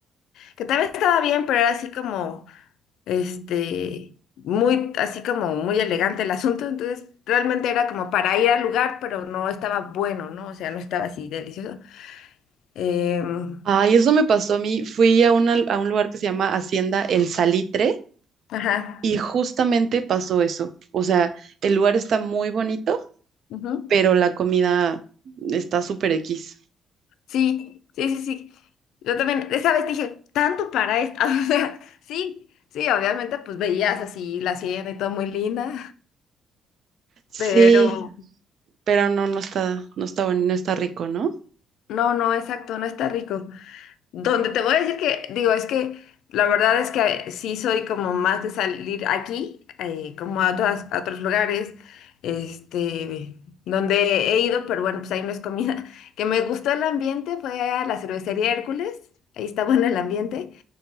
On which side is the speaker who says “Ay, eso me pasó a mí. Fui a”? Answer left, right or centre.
Right